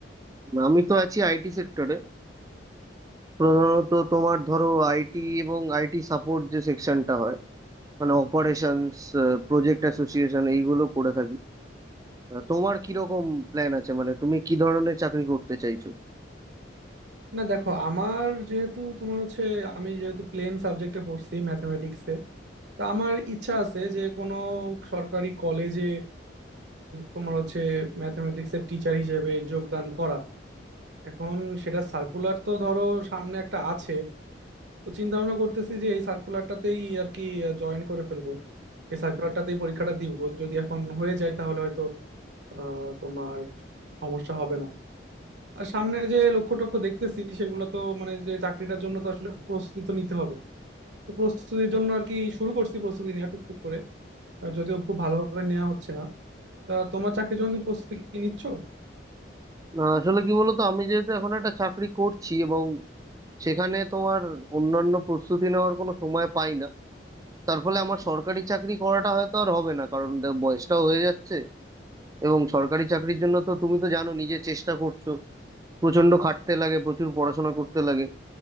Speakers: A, on the right (about 20°); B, on the right (about 65°).
A: আমি তো আছি আইটি সেক্টরে প্রধানত তোমার ধরো আইটি এবং আইটি সাপোর্ট যে সেকশনটা হয় মানে অপারেশনস প্রজেক্ট অ্যাসোসিয়েশন এইগুলো করে থাকি আহ, তোমার কি রকম প্ল্যান আছে মানে তুমি কি ধরনের চাকরি করতে চাইছো
B: না দেখো আমার যেহেতু তোমার হচ্ছে আমি যেহেতু প্লেন সাবজেক্টে পড়ছি ম্যাথমেটিক্সে তো আমার ইচ্ছা আছে যে কোনো সরকারি কলেজে তোমার হচ্ছে ম্যাথমেটিক্সের টিচার হিসেবে যোগদান করা এখন সেটা সার্কুলার তো ধরো সামনে একটা আছে তো চিন্তা ভাবনা করতেছি যে এই সার্কুলারটাতেই আর কি জয়েন করে ফেলবো এই সার্কুলারটাতেই পরীক্ষাটা দিব যদি এখন হয়ে যায় তাহলে হয়তো আহ, তোমার সমস্যা হবে না আর সামনে যে লক্ষ্য টক্ষ্য দেখতেছি সেগুলো তো মানে যে চাকরিটার জন্য তো আসলে প্রস্তুতি তো নিতে হবে তো প্রস্তুতির জন্য আর কি শুরু করছি প্রস্তুতি নেওয়া টুকটুক করে আহ, যদিও খুব ভালোভাবে নেওয়া হচ্ছে না তা তোমার চাকরির জন্য তুমি প্রস্তুতি কি নিচ্ছ
A: না, আসলে কি বলতো আমি যেহেতু এখন একটা চাকরি করছি এবং সেখানে তোমার অন্যান্য প্রস্তুতি নেওয়ার কোনো সময় পাই না তার ফলে আমার সরকারি চাকরি করাটা হয়তো আর হবে না কারণ দে- বয়সটাও হয়ে যাচ্ছে এবং সরকারি চাকরির জন্য তো তুমি তো জানো নিজে চেষ্টা করছো প্রচন্ড খাটতে লাগে প্রচুর পড়াশোনা করতে লাগে